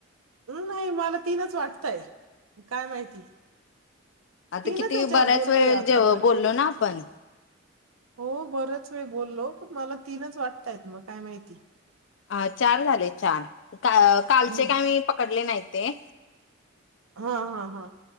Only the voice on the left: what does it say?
आता
किती
बऱ्याच
वेळ
जेव बोललो ना आपण.
आ चार झाले चार. का कालचे
काय मी पकडले नाहीत. ते.